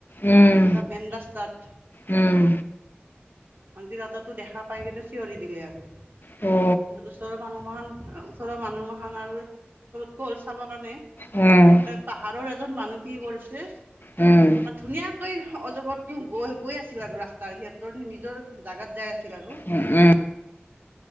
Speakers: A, on the left; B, on the right.
A: উম
B: পুৰা মেন্দ ৰাস্তাত
A: উম উম
B: মনজিলহতেটো দেখা পাই চিঞৰি দিলে আৰু
A: অ
B: ওচৰৰ মানুহমখান ওচৰৰ মানুহ মখান আৰু ওচৰত গ'ল চাব কাৰণে এহ,
A: উম
B: পাহাৰৰ এজন মানুহ কি কৰিছে কিহ
A: উম উম
B: মান ধুনীয়াকৈ অজগতো গৈ গৈ আছিল আৰু ৰাস্তাৰ সিহঁতৰখিনি জাগাত যাই আছিল আৰু
A: উম উম।